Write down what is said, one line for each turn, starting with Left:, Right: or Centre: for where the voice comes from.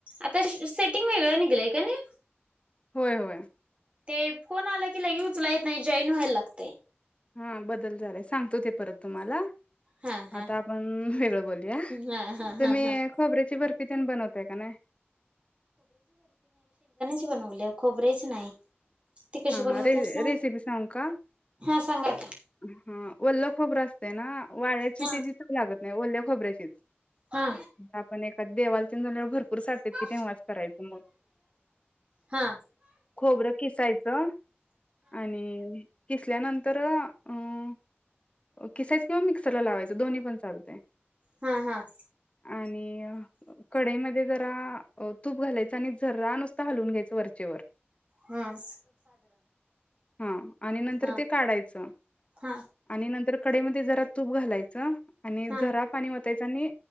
Right: आता सेटिंग वेगळं निघलंय का नाही.
Left: होय होय.
Right: ते फोन आला की लगी उचलाय येत नाही जॉईन व्हायला लागतयं.
Left: हा बदल झालाय सांगतो ते परत तुम्हाला
Right: हा हा
Left: आता आपण वेगळं बोलूया
Right: हा हा
Left: तुम्ही
Right: हा हा
Left: खोबऱ्याची बर्फीपण बनवताय का नाही.
Right: बनवलीया खोबऱ्यांची नाही. ती कशी
Left: हा
Right: बनवतात
Left: हा र
Right: ना
Left: रेसिपी सांगु का
Right: हा सांगा की
Left: हां उल्प खबर असते ना. वाड्याची
Right: हा
Left: ते जी च लागत नाही ओल्या खोबऱ्याची तेच
Right: हा
Left: आपण एक देवाला झाल्यावर भरपूर सालतेत.
Right: हा
Left: किती वाज करायचं मग
Right: हा
Left: खोबरं किसायचं. आणि किसल्यानंतर अ किसायचं किंवा मिक्सरला लावायचं दोन्ही पण चालत
Right: हा हा
Left: आणि कडेमध्ये जरा तूप घालायचं आणि झर नुसत हलवून घ्यायचं वरचेवरर
Right: हम्
Left: हा आणि नंतर
Right: हा
Left: ते काढायचं
Right: हा
Left: आणि नंतर ककडे ममध्ये जरा तूप घालायचं आणि
Right: हा
Left: जरा पाणी आणि